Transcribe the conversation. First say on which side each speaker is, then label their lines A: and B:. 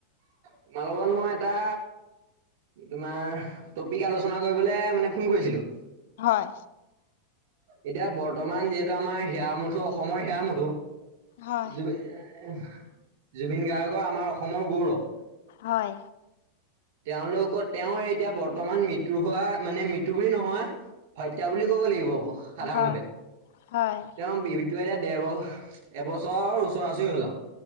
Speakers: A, on the right; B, on the left.
A: তোমাৰ লগত মই এটা তোমাৰ টপিক আলোচনা কৰিবলে মানে ফোন কৰিছিলো।
B: হয়।
A: এতিয়া বৰ্তমান যিহেতু আমাৰ হিয়া আমুঠু, অসমৰ হিয়া আমুঠু।
B: হয়
A: জুবিন জুবিন গাৰ্গৰ আমাৰ অসমৰ গৌৰৱ।
B: হয়।
A: তেওঁলোকৰ তেওঁৰ এতিয়া বৰ্তমান মৃত্যু হোৱা মানে মৃত্যু বুলি নহয় হত্যা বুলি কব লাগিব সাধাৰণ
B: হয়
A: ভাৱে
B: হয়
A: দুহেজাৰ তে, এবছৰৰ ওচৰা উচৰি